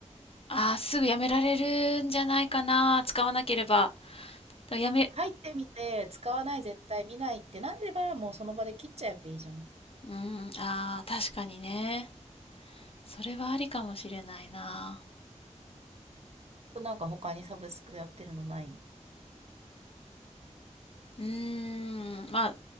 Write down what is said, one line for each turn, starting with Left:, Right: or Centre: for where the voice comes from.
Left: ああ、すぐやめられるんじゃないかな。使わなければ。でもやめ、
Right: 入ってみて、使わない、絶対見ないってなれば、もうその場で切っちゃえばいいじゃん。
Left: うん、ああ、確かにね。それはありかもしれないな。
Right: なんか他にサブスクやってるのない
Left: うーん、まあ、